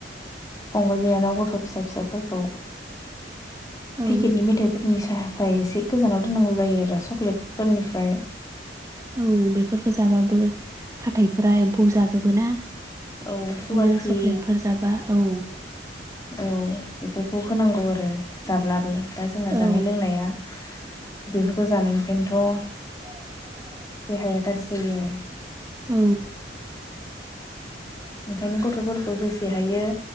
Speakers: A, on the left (about 20°); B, on the right (about 20°).
A: फंबाइ, बिनानाव, गथ' फिसा-फिसाफोरखौ।
B: औ
A: पेकेटनि मेथाइफोरनि साह। ओमफ्राय एसे गोजानाव दोननांगौ जायो आरो चक्लेट फोरनिफ्राय।
B: औ बेफोरखौ जाबाबो हाथाइफोरा एम्फौ जाजोबो ना।
A: औ
B: दानिया
A: सुगार फ्रि
B: चक्लेटफोर जाबा औ‌।
A: औ बेफोरखौ होनांगौ आरो जाब्लाबो दा जोंना
B: औ
A: जानाय-लोंनाया। बेफोरखौ जानायनिफ्रायनोथ'।
B: <inaudible>
A: देहाया गारजि जायो आरो‌।
B: औ।
A: ओंखायनो गथ'फोरखौ जेसे हायो